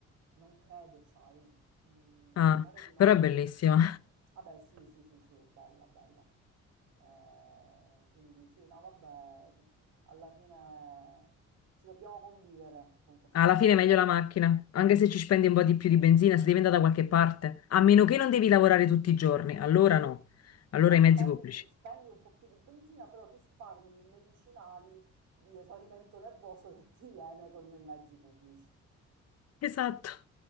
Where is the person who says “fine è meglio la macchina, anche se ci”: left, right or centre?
Left